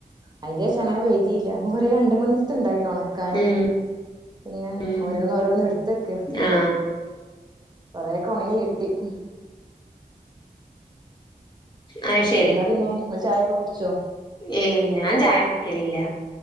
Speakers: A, on the right; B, on the left.
A: അതിന്റെ ശേഷം അങ്ങനെ പെയ്തീല്ല. എന്നാ പറയാ രണ്ട് മൂന്ന് ദിവസണ്ടായി മോളേ. ക്കാനെ.
B: ഉം
A: ഇങ്ങനെ
B: ഉം
A: ഓരോന്ന് ഓരോന്ന് എട്ത്തക്കാ.
B: ആ
A: കൊറേയൊക്കെ ഒണങ്ങി കിട്ടി. ഉം.
B: അയ്ശ
A: എന്ത പിന്നെ? ഇങ്ങള് ചായയൊക്കെ കുടിച്ചോ?
B: ഏയ് ഞാൻ ചായ കുടിക്കലില്ല.